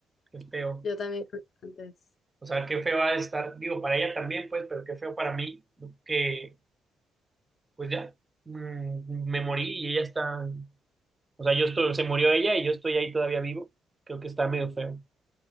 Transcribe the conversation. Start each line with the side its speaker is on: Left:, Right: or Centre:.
Right: Que Es peor.
Left: Yo también creo que antes.
Right: O sea, qué feo va a estar, digo, para ella también, pues, pero qué feo para mí, que, pues ya, mm, me morí y ella está, o sea, yo estoy, se murió ella y yo estoy ahí todavía vivo. Creo que está medio feo.